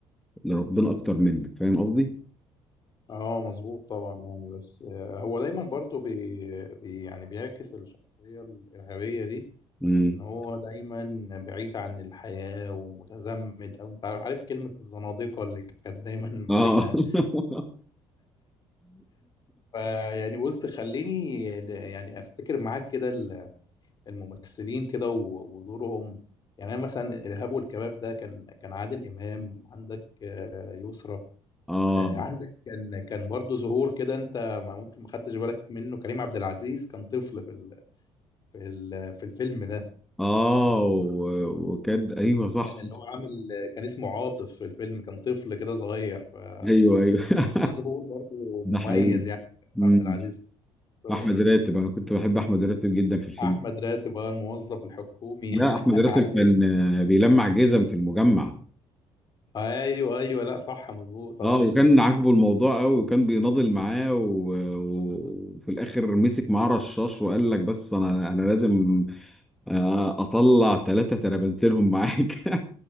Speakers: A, in the centre; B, on the left (about 40°).
A: لربنا اكتر منك فاهم قصدي؟
B: اه مظبوط طبعا يعني بس آه، هو دايما برضو بي بي يعني بيعكس الشخصية الإرهابية دي
A: امم
B: ان هو دايما بعيد عن الحياة ومتزمت او انت عارف عارف كلمة الزنادقة اللي كانت دايما ماسكها
A: اه <laughs>
B: فيعني بص خليني يعني افتكر معاك كده ال- الممثلين كده و- ودورهم يعني أنا مثلا الإرهاب والكباب ده كان كان عادل إمام عندك آه، يسرا
A: اه
B: آه، عندك كان كان برضه ظهور كده انت ما ممكن ما خدتش بالك منه كريم عبد العزيز كان طفل في ال... في ال... في الفيلم ده
A: اه و... وكان ايوه صح
B: كان
A: صح
B: اللي هو عامل كان اسمه عاطف في الفيلم كان طفل كده صغير فكان
A: ايوه ايوه <laughs>
B: ده ظهور برضه
A: ده
B: مميز
A: حقيقي
B: يعني كريم
A: مم.
B: عبد العزيز في دوره
A: احمد راتب انا كنت بحب احمد راتب جدا في الفيلم
B: احمد راتب بقى الموظف الحكومي
A: لا
B: <laughs>
A: احمد راتب
B: عندك
A: كان آه، بيلمع جزم في المجمع
B: ايوه ايوه لا صح مظبوط اه
A: اه وكان عاجبه الموضوع قوي وكان بيناضل معاه و... و- وفي الاخر مسك معاه رشاش وقال لك بس انا انا لازم آه، اطلع ثلاثة ترابنتينهم معاك